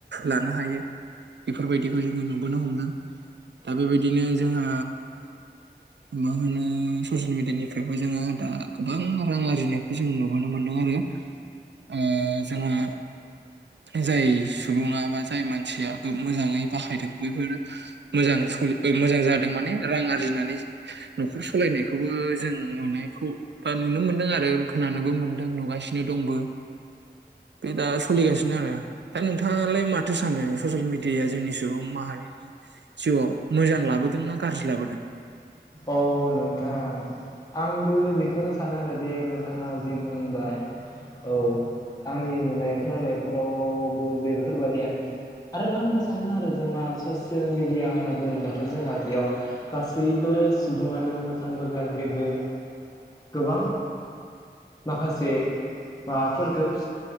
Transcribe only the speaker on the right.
लानो हायो बेफोर बायदिखौ जोङो नुबोनो हमदों दा बेबायदिनो जोंहा मा होनो स'सियेल मिडियानिफ्रायबो जोङो दा गोबां रां आरजिनायखौ जों नुबोनो मोनदों आरो। ओ जोंहा जाय सुबुङा, बा जाय मानसिया मोजाङै बाहायदों बैफोर मोजां सलि ओ मोजां जादों माने रां आरजिनानै न'खर सलायनायखौबो जों नुनायखौ बा नुनो मोनदों आरो खोनानोबो मोनदों, नुगासिनो दंबो। बे दा सोलिगासिनो आरो, दा नोंथाङालाय माथो सानो स'सियेल मिडियाया जोंनि सुबुं माहारिनि जिउआव मोजां लाबोदों ना गाज्रि लाबोदों?